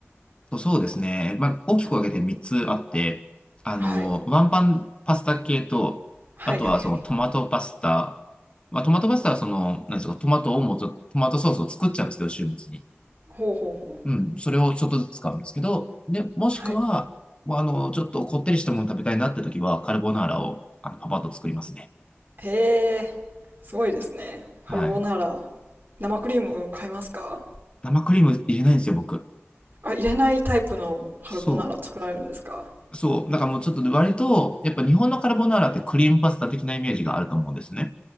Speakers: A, on the left; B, on the right.
A: そうそうですね。まあ、大きく分けて3つあって、あの、
B: はい。
A: ワンパンパスタ系と、
B: はいはいはい。
A: あとはそのトマトパスタ。まあ、トマトパスタはその、なんですか、トマトをもうちょっと、トマトソースを作っちゃうんですけど、週末に。
B: ほうほうほう。
A: うん、それをちょっとずつ使うんですけど、で、もしくは、
B: はい。
A: もうあの、ちょっとこってりしたもの食べたいなって時は、カルボナーラを、あの、パパッと作りますね。
B: へえ。すごいですね。
A: はい。
B: カルボナーラ。生クリーム買いますか
A: 生クリーム入れないんですよ、僕。
B: あ、入れないタイプのカルボナーラ作られるんですか
A: そう。そう。だからもうちょっと割と、やっぱ日本のカルボナーラってクリームパスタ的なイメージがあると思うんですね。